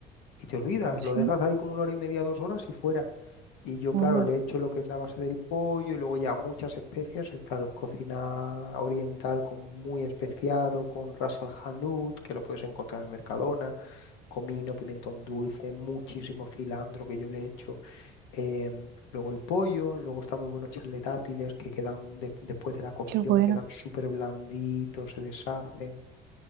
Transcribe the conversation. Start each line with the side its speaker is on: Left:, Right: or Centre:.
Left: y te olvidas,
Right: sí,
Left: lo dejas ahí como una hora y media, dos horas y fuera. Y yo,
Right: hola,
Left: claro, le echo lo que es la base del pollo y luego ya muchas especias. es Claro, es cocina oriental con muy especiado, con ras al hanout, que lo puedes encontrar en el Mercadona comino, pimentón dulce, muchísimo cilantro que yo le echo. eh, luego el pollo, luego está muy bueno echarle dátiles que quedan de- después de la cocción,
Right: qué bueno.
Left: quedan súper blanditos, se deshacen.